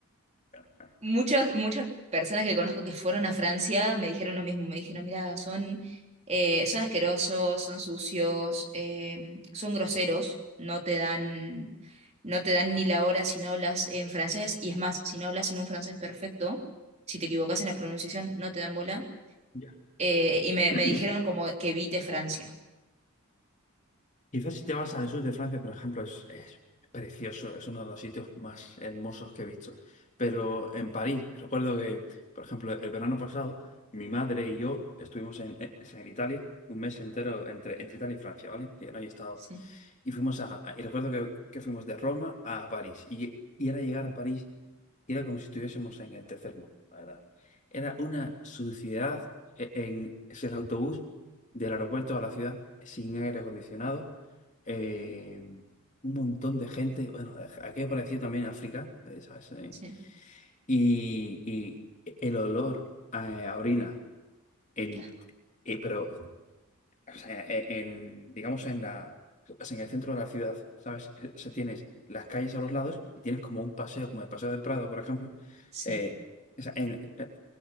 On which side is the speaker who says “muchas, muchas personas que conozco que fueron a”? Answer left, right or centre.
Right